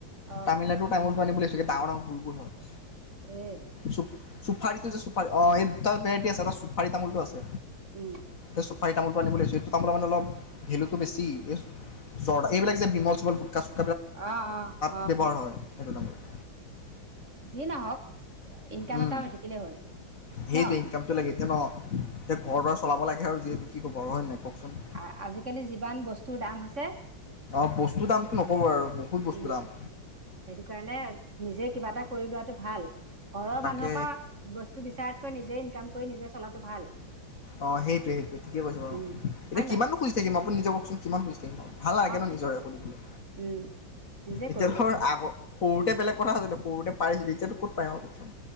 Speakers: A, on the right; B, on the left.
A: অ
B: তামিলনাডুৰ তামোলটো আনিব লৈছো ডাঙৰ ডাঙৰ গুল গুল হয়।
A: উ।
B: চু চু ফাৰীটো যে চুফাৰী অ এই দুটা ভেৰাইটি আছে এটা চুফাৰী তামোলটো আছে।
A: উম
B: এই চুফাৰী তামোলটো আনিবলৈচো এইটো তামোল মানে অলপ ভেলুটো বেছি এই জৰ্দা এইবিলাক বিমল চিমল গুটকা চো
A: অ অ।
B: ব্যৱহাৰ হয় সেইটো তামোল।
A: যি নহওক ইনকাম
B: উম,
A: এটা হৈ থাকিলেই হ'ল
B: সেইটোৱে
A: ন
B: ইনকামটো লাগে এতিয়া ন, এতিয়া ঘৰ দুৱাৰ চলাব লাগে আৰু যিহেতু। কি ক'ব আৰু হয় নাই কওকচোন।
A: আ-আজিকালি যিমান বস্তুৰ দাম হৈছে।
B: অঁ বস্তুৰ দামটো নক'ব আৰু বহুত বস্তুৰ
A: উম
B: দাম।
A: সেইটো কাৰণে নিজে কিবা এটা কৰি লোৱাটো ভাল ঘৰৰ
B: তাকে
A: মানুহৰ পা বস্তু বিচাৰাতকৈ নিজে ইনকাম কৰি নিজে চলাটো ভাল।
B: অ সেইটোৱে সেইটোৱে ঠিকে কৈছে বাৰু।
A: উম
B: এতিয়া
A: হয়
B: কিমানো
A: নহয়
B: খুজি থাকিম আপুনি নিজে কওকচোন কিমান খুজি থাকিম আৰু। ভাল নালাগে
A: অতো
B: ন নিজৰে সুধিবলৈ,
A: উম নিজে
B: এতিয়া
A: কৰি
B: ধৰ
A: ল
B: আগৰ সৰুতে বেলেগ কথা আছিলে সৰুতে পাৰিছিলো এতিয়াতো ক'ত পাৰিম আৰু ককচোন।